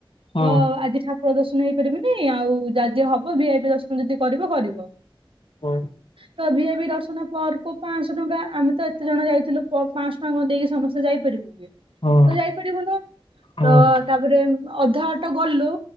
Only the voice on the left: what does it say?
ହଁ
ହଁ
ହଁ
ହଁ